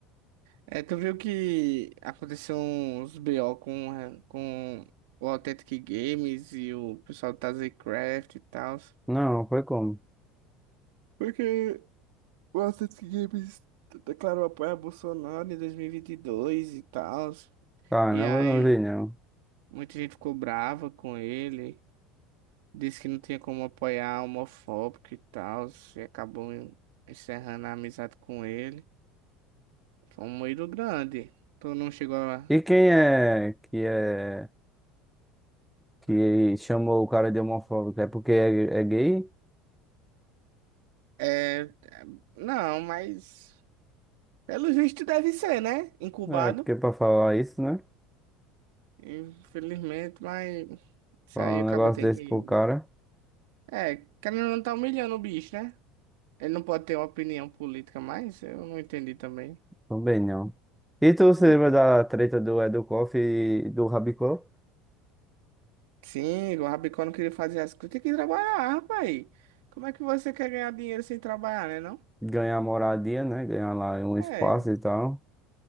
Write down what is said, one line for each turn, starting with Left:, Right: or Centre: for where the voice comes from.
Right: É, tu viu que aconteceu uns BO com, eh, com o Authentic Games e o pessoal do TazzyCraft e tal.
Centre: Não, foi como?
Right: Porque o Authentic Games declarou apoio a Bolsonaro em 2022 e vinte e dois e tal.
Centre: Caramba,
Right: E aí
Centre: eu não vi não.
Right: Muita gente ficou brava com ele, disse que não tinha como apoiar homofóbico e tal, e acabou en- encerrando a amizade com ele. Foi um moído grande. Tu não chegou a.
Centre: E quem é que é que chamou o cara de homofóbico. É porque é, é gay?
Right: É, é, não, mas pelo visto deve ser, né? Incubado.
Centre: É porque pra falar isso, né?
Right: Infelizmente, mas isso
Centre: Falar
Right: aí acaba
Centre: um negócio
Right: tendo
Centre: desse
Right: que.
Centre: pro cara,
Right: É, querendo ou não tá humilhando o bicho, né? Ele não pode ter uma opinião política mais, eu não entendi também.
Centre: também não. E tu se
Right: é
Centre: lembra da treta do Educoff e do Rabicó?
Right: Sim, o Rabicó não queria fazer as coisas. Tem que trabalhar, rapaz. Como é que você quer ganhar dinheiro sem trabalhar, né, não?
Centre: Ganhar moradia, né? Ganhar lá um espaço
Right: É,
Centre: e tal.